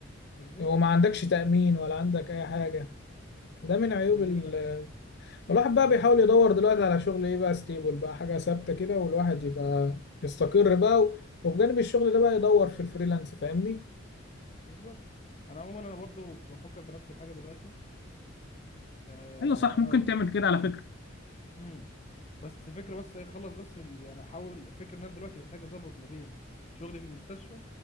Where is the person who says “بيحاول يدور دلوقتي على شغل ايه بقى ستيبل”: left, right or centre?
Left